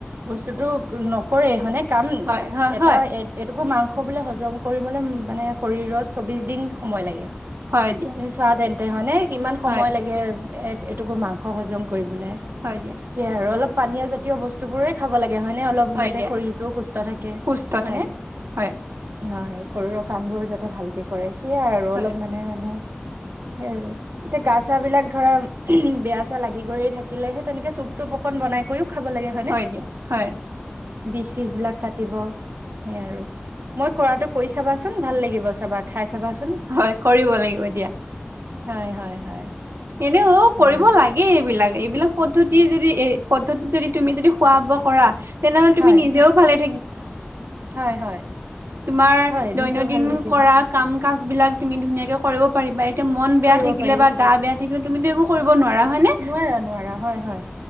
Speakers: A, on the right (about 65°); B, on the right (about 90°).
A: বস্তুতটো নকৰে হয়নে কাম
B: হয়, হয়,
A: এটা
B: হয়,
A: এটুকুৰ মাংস আকৌ বুলে হজম কৰিবলৈ মানে শৰীৰত চৌবিছ দিন সময় লাগে
B: হয় দিয়া
A: তাপিছত তাতে হনে কিমান সময়
B: হয়,
A: লাগে এক এটুকুৰ মাংস হজম কৰিবলৈ
B: হয় দিয়া।
A: সেইাই আৰু অলপ পানীয় জাতীয় বস্তু বোৰে খাব লাগে য়নে অলপ
B: হয়
A: যাতে
B: দিয়া
A: শৰীৰটো সুস্থ থাকে
B: সুস্থ
A: হয়নে?
B: থাকে হয়,
A: হয়। শৰীৰৰ কাম বোৰ যাতে ভালকে কৰে সেইয়াই আৰু
B: হয়,
A: অলপ মানে মানুহ সেই আৰু এতিয়া গা- চা বিলাক ধৰা বেয়া চে লাগি গয় থাকিলে সে তেনেকে চুপটোপ অকন বনাই কৰিও খাব লাগে হয়নে
B: হয়, দিয়া হয়।
A: বিষ, চিষ বিলাক কাটিব সেইয় আৰু মই কৰাতটো কৰি চাবাচোন ভাল লাগিব চাবা খাই চাবাচোন
B: হয় কৰিব লাগিব দিয়া
A: হয়, হয়।
B: এনেও
A: সেয়া
B: কৰিব
A: আৰু
B: লাগে এইবিলাক এইবিলাক পদ্ধতি যদি এই পদ্ধতিত যদি তুমি যদি খোৱা বোৱা কৰা তেনেহ'লে তুমি
A: হয়
B: নিজেও ভালে
A: হয় হয়
B: তমাৰ
A: হয়
B: দৈনন্দিন
A: নিজেও ভাল থাকিব
B: কৰা কাম কাজ বিলাক ত ধুনীয়াকে কৰিব পাৰিবা এতিয়া মন বেয়া
A: কৰিব
B: থাকিলে
A: পাৰি
B: বা গা বেয়া থাকিলে তুমিতো একো কৰিব নোৱাৰা হয়নে
A: নোৱাৰা, নোৱাৰা হয় হয়।